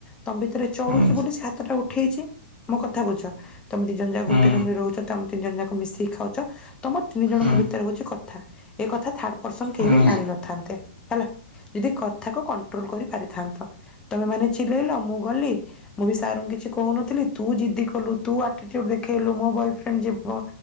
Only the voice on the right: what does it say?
ହୁଁ ହୁଁ
ହୁଁ।
ହୁଁ ହୁଁ
ହୁଁ।